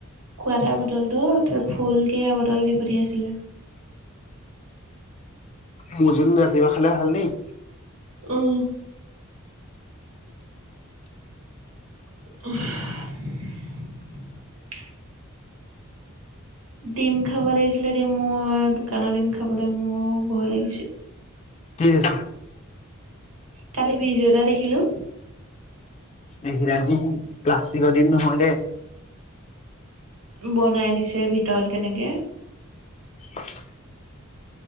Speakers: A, on the right (about 85°); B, on the left (about 35°).
A: কোৱাৰ্টাৰ বটলটো ফুলকে এবটল দি পঠিয়াইছিলে।
B: মৌজুল ৰাতিপুৱা খালে ভাল দেই।
A: উম। <unintelligible> ডিম খাব লাগিছিলে, এতি মই দোকানৰ ডিম খাবলৈ মোৰ ভয় লাগিছে।
B: কি আছে।
A: কালি ভিডিঅ' এটা দেখিলোঁ।
B: এইবিলাক ডিম, প্লাষ্টিকৰ ডিম নহয় দে।
A: বনাই দিছে ভিতৰত কেনেকে।
B: <unintelligible>